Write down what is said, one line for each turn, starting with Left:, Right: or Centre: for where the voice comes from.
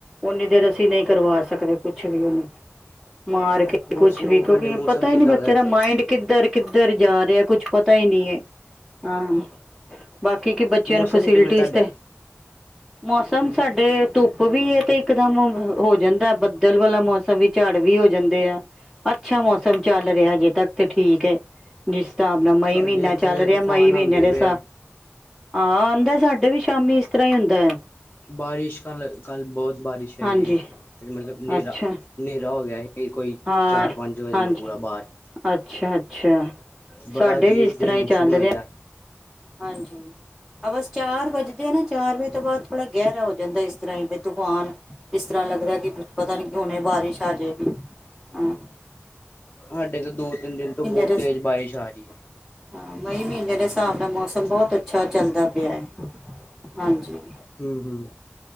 Centre: ਓਨੀ ਦੇਰ ਅਸੀਂ ਨਈ ਕਰਵਾ ਸਕਦੇ ਕੁਛ ਵੀ ਉਹਨੂੰ। ਮਾਰ ਕੇ
Left: ਹੋਰ
Centre: ਕੁਛ
Left: ਸੁਣਾਓ
Centre: ਵੀ ਕਿਉਂਕਿ
Left: ਤੁਹਾਡੇ ਮੌਸਮ
Centre: ਪਤਾ
Left: ਕਿੱਦਾਂ
Centre: ਹੀ ਨੀ ਬੱਚਿਆਂ
Left: ਇੱਥੇ
Centre: ਦਾ ਮਾਇੰਡ ਕਿੱਧਰ-ਕਿੱਧਰ ਜਾ ਰਿਹਾ ਕੁਛ ਪਤਾ ਹੀ ਨੀ ਹੈ ਹਾਂ ਬਾਕੀ ਕੀ ਬੱਚਿਆਂ
Left: ਮੌਸਮ
Centre: ਨੂੰ ਫੈਸਿਲਿਟੀਸ
Left: ਕਿਵੇਂ ਤੁਹਾਡੇ
Centre: ਤੇ ਮੌਸਮ ਸਾਡੇ ਧੁੱਪ ਵੀ ਏ ਤੇ ਇਕਦਮ ਹੋ ਜਾਂਦਾ ਬੱਦਲ ਵਾਲਾ ਮੌਸਮ ਵੀ। ਝੜ ਵੀ ਹੋ ਜਾਂਦੇ ਆ ਅੱਛਾ ਮੌਸਮ ਚੱਲ ਰਿਹਾ ਹਜੇ ਤੱਕ ਤੇ ਠੀਕ ਹੈ। ਜਿਸ ਸਾਬ ਨਾਲ ਮਈ
Left: ਸਾਡੇ
Centre: ਮਹੀਨਾ
Left: ਇੱਥੇ
Centre: ਚੱਲ ਰਿਹਾ
Left: ਤੂਫਾਨ
Centre: ਮਈ ਮਹੀਨੇ
Left: ਆਉਂਦੇ
Centre: ਦੇ
Left: ਪਏ
Centre: ਸਾਬ
Left: ਆ
Centre: ਹਾਂ ਆਂਦਾ ਸਾਡੇ ਵੀ ਸ਼ਾਮੀ ਇਸ ਤਰ੍ਹਾਂ ਹੀ ਹੁੰਦਾ।
Left: ਬਾਰਿਸ਼ ਕ ਕੱਲ ਬਹੁਤ ਬਾਰਿਸ਼ ਆਈ
Centre: ਹਾਂਜੀ
Left: ਏ ਮਤਲਬ ਨੇਰਾ-ਨੇਰਾ
Centre: ਅੱਛਾ
Left: ਹੋ ਗਿਆ ਫਿਰ ਕੋਈ
Centre: ਹਾਂ
Left: ਚਾਰ ਪੰਜ ਵਜੇ
Centre: ਹਾਂਜੀ
Left: ਨਾ ਪੂਰਾ ਬਾਰ।
Centre: ਅੱਛਾ ਅੱਛਾ
Left: ਬੜਾ
Centre: ਸਾਡੇ
Left: ਅਜੀਬ
Centre: ਵੀ ਇਸ
Left: ਜਿਹ
Centre: ਤਰ੍ਹਾਂ
Left: ਹੀ ਮੌਸਮ
Centre: ਚੱਲ
Left: ਹੋਇਆ
Centre: ਰਿਹਾ
Left: ਦਾ।
Centre: ਹਾਂਜੀ ਆ ਬਸ ਚਾਰ ਵਜੇ ਨਾ ਚਾਰ ਵਜੇ ਤੋਂ ਬਾਦ ਥੋੜਾ ਗਹਿਰਾ ਹੋ ਜਾਂਦਾ ਇਸ ਤਰ੍ਹਾਂ ਬ ਤੂਫਾਨ ਇਸ ਤਰ੍ਹਾਂ ਲੱਗਦਾ ਕਿ ਪਤਾ ਨੀ ਕਿ ਹੁਣੇ ਬਾਰਿਸ਼ ਆਜੇ ਵੀ ਹਮ।
Left: ਸਾਡੇ ਤਾਂ ਦੋ ਤਿੰਨ ਦਿਨ ਤੋਂ ਬੋਹਤ
Centre: ਦੇ
Left: ਤੇਜ਼ ਬਾਰਿਸ਼ ਆ ਰਹੀ ਹੈ।
Centre: ਹਾਂ ਮਈ ਮਹੀਨੇ ਦੇ ਸਾਬ ਨਾ ਮੌਸਮ- ਬਹੁਤ ਅੱਛਾ ਚੱਲਦਾ ਪਿਆ ਹਾਂਜੀ।
Left: ਹੂੰ ਹੂੰ